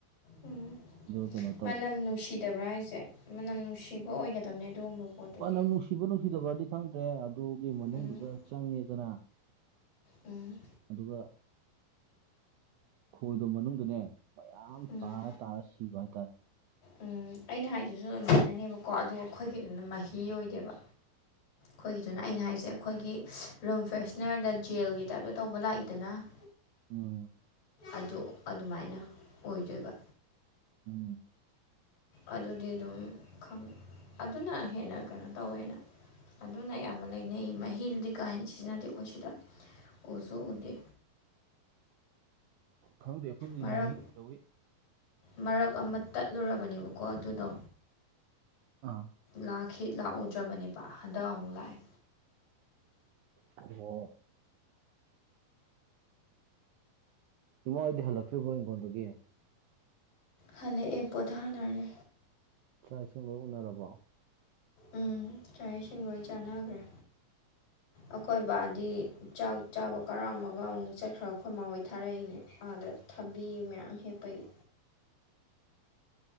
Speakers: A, on the left; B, on the right.
A: ꯎꯝ
B: ꯑꯗꯨꯒ ꯀꯩꯅꯣ ꯇꯧ
A: ꯃꯅꯝ ꯅꯨꯡꯁꯤꯗꯕ꯭ꯔꯥ ꯍꯥꯏꯖꯦ ꯃꯅꯝ ꯅꯨꯡꯁꯤꯕ ꯑꯣꯏꯒꯗꯝꯅꯦ ꯑꯗꯨꯒꯨꯝꯕ ꯄꯣꯠꯇꯨꯗꯤ
B: ꯃꯅꯝ ꯅꯨꯡꯁꯤꯕ ꯅꯨꯡꯁꯤꯗꯕꯥꯗꯤ ꯈꯪꯗ꯭ꯔꯦ ꯑꯗꯨꯒꯤ ꯃꯅꯨꯡꯗꯨꯗ
A: ꯎꯝ
B: ꯆꯪꯉꯦꯗꯅꯥ
A: ꯎꯝ
B: ꯑꯗꯨꯒ ꯈꯣꯏꯗꯣ ꯃꯅꯨꯡꯗꯅꯦ ꯃꯌꯥꯝ
A: ꯎꯝ
B: ꯇꯥꯔ ꯇꯥꯔ ꯁꯤꯕ ꯍꯥꯏꯇꯥꯔꯦ
A: ꯎꯝ ꯑꯩꯅ ꯍꯥꯏꯗꯨꯖꯨ ꯑꯗꯨꯃꯥꯏꯅꯅꯦꯕꯀꯣ ꯑꯗꯣ ꯈꯣꯏꯒꯤꯗꯨꯅ ꯃꯥꯍꯤ ꯑꯣꯏꯗꯦꯕ ꯈꯣꯏꯒꯤꯗꯨꯅ ꯑꯩꯅ ꯍꯥꯏꯖꯦ ꯈꯣꯏꯒꯤ ꯔꯨꯝ ꯐ꯭ꯔꯦꯁꯅꯔꯗ ꯖꯦꯜꯒꯤ ꯇꯥꯏꯞꯇ ꯇꯧꯕ ꯂꯥꯛꯏꯗꯅꯥ ꯫
B: ꯎꯝ
A: ꯑꯗꯨ ꯑꯗꯨꯃꯥꯏꯅ ꯑꯣꯏꯗꯣꯏꯕꯥ
B: ꯎꯝ
A: ꯑꯗꯨꯗꯤ ꯗꯨꯝ ꯈꯪ ꯑꯗꯨꯅ ꯍꯦꯟꯅ ꯀꯩꯅꯣ ꯇꯧꯋꯦꯅ ꯑꯗꯨꯅ ꯑꯌꯥꯝꯕ ꯂꯩꯅꯩ ꯃꯍꯤꯗꯨꯗꯤ ꯀꯥ ꯍꯦꯟ ꯁꯤꯖꯤꯟꯅꯗꯦ ꯑꯈꯣꯏ ꯁꯤꯗꯥ ꯎꯁꯨ ꯎꯗꯦ
B: ꯈꯪꯗꯦ ꯑꯩꯈꯣꯏꯗꯗꯤ
A: ꯃꯔꯛ
B: ꯃꯍꯤ ꯇꯧꯋꯤ
A: ꯃꯔꯛ ꯑꯃ ꯇꯠꯂꯨꯔꯕꯅꯦꯕꯀꯣ ꯑꯗꯨꯗꯣ
B: ꯑꯥ
A: ꯂꯥꯛꯈꯤ ꯂꯥꯛꯎꯗ꯭ꯔꯕꯅꯦꯕ ꯍꯟꯗꯛ ꯑꯃꯨꯛ ꯂꯥꯛꯑꯦ
B: ꯑꯣ ꯏꯃꯥ ꯍꯣꯏꯗꯤ ꯍꯜꯂꯛꯇ꯭ꯔꯤꯕꯣ ꯍꯤꯡꯒꯣꯟꯗꯒꯤ
A: ꯍꯜꯂꯛ ꯑꯦ ꯄꯣꯊꯥꯅꯔꯤ
B: ꯆꯥꯛ ꯏꯁꯤꯡ ꯂꯣꯏ ꯎꯅꯔꯕꯣ
A: ꯎꯝ ꯆꯥꯛ ꯏꯁꯤꯡ ꯂꯣꯏ ꯆꯥꯟꯅꯒꯔ꯭ꯦ
B: <inaudible>
A: ꯑꯈꯣꯏ ꯕꯥꯗꯤ ꯆꯥꯛ ꯆꯥꯕ ꯀꯔꯛꯑꯃꯒ ꯑꯃꯨꯛ ꯆꯠꯈ꯭ꯔ ꯑꯩꯈꯣꯏ ꯃꯥ ꯍꯣꯏ ꯊꯥꯔꯛꯏꯅꯦ ꯑꯥꯗ ꯊꯕꯤ ꯃꯌꯥꯝ ꯍꯦꯞꯄꯒꯤ